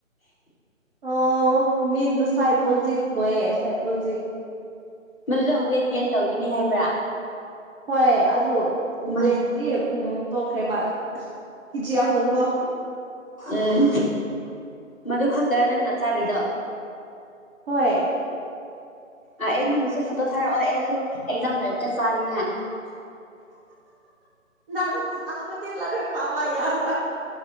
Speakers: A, on the right; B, in the centre.
A: ꯑꯣ ꯃꯤꯗꯨ ꯁꯥꯏꯄꯣꯖꯤꯠ ꯀꯋꯦ ꯁꯥꯏꯄꯣꯖꯤꯠ
B: ꯃꯗꯨꯗ ꯋꯦꯠ ꯒꯦꯟ ꯇꯧꯈꯤꯅꯤ ꯍꯥꯏꯕ꯭ꯔꯥ
A: ꯍꯣꯏ ꯑꯗꯨ
B: ꯎꯝ
A: ꯋꯦꯠꯇꯠꯇꯤ ꯎꯝ ꯇꯣꯛꯈ꯭ꯔꯦꯕ ꯖꯤꯌꯥ ꯍꯣꯡꯒꯣ
B: ꯎꯝ ꯃꯗꯨ ꯈꯛꯇꯔ ꯅꯪꯅ ꯆꯥꯔꯤꯗ
A: ꯍꯣꯏ
B: ꯑ ꯑꯩꯉꯣꯟꯗꯁꯨ ꯐꯣꯇꯣ ꯊꯥꯔꯛꯑꯣ ꯑꯩꯁꯨ ꯑꯦꯛꯖꯥꯝ ꯂꯩꯕ ꯆ ꯆꯥꯅꯤꯡꯉꯦ
A: ꯅꯪ ꯆꯕꯠꯇꯤ ꯂꯝꯔꯦ ꯄꯥꯕ ꯌꯥꯔꯃ